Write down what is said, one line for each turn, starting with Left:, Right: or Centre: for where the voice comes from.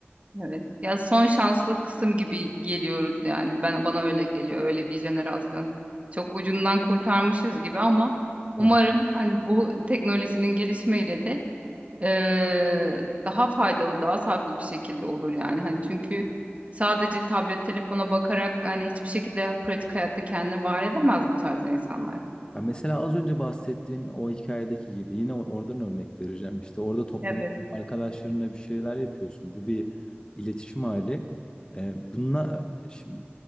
Right: evet. Ya son şanslı kısım gibi geliyoruz yani. Ben bana öyle geliyor. Öyle bir jenerasyon. Çok ucundan kurtarmışız gibi ama umarım
Left: <laughs>
Right: hani bu teknolojinin gelişmeyle de eee, daha faydalı, daha sağlıklı bir şekilde olur yani. Hani çünkü sadece tablet telefona bakarak hani hiçbir şekilde pratik hayatta kendini var edemez bu tarz insanlar.
Left: Ya mesela az önce bahsettiğin o hikayedeki gibi yine or- oradan örnek vereceğim. İşte orada toplanıp
Right: Evet,
Left: arkadaşlarınla bir şeyler yapıyorsun. Bu bir iletişim hali. Ee, bununla şimdi